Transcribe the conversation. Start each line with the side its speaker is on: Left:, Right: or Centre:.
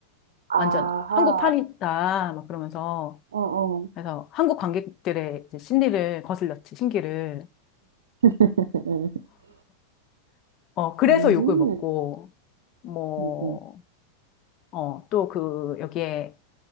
Left: 완전
Right: 아하.
Left: 한국판이다. 막 그러면서
Right: 어어. 음.
Left: 그래서 한국 관객들의 이제 심리를 거슬렸지. 신기를
Right: <laughs>
Left: 어 그래서
Right: 음흠.
Left: 욕을 먹고 뭐
Right: 음음.
Left: 어 또 그 여기에